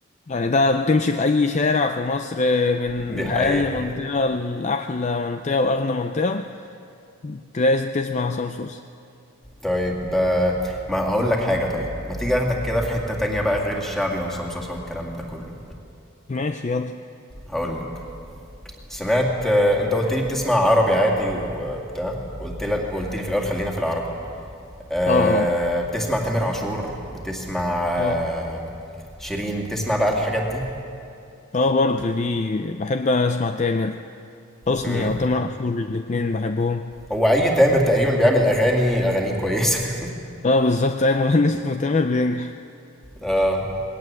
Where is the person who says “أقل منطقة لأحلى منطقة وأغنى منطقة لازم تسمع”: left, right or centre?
Left